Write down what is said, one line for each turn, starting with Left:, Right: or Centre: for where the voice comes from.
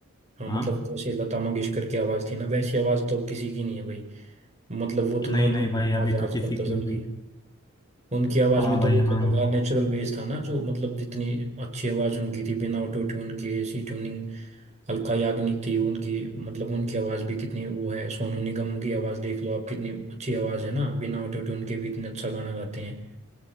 Right: हाँ मतलब
Left: हाँ
Right: जैसे लता मंगेशकर की आवाज़ थी ना वैसी आवाज़ तो अब किसी की नहीं है भाई मतलब वो तो
Left: नहीं
Right: नॉर्मल
Left: नहीं भाई
Right: आवाज
Left: अभी
Right: है
Left: तो
Right: आजकल
Left: किसी
Right: तो सबकी
Left: को नहीं
Right: उनकी आवाज
Left: हाँ
Right: में तो
Left: भाई
Right: एक
Left: हाँ
Right: अलग था, नेचुरल बेस था ना जो मतलब जितनी अच्छी आवाज उनकी थी बिना ऑटो ट्यून के ऐसी ट्यूनिंग अलका याग्निक थी उनकी मतलब उनकी आवाज भी कितनी वो है सोनू निगम की आवाज देख लो आप कितनी अच्छी आवाज है ना बिना ऑटो ट्यून के भी इतने अच्छा गाना गाते हैं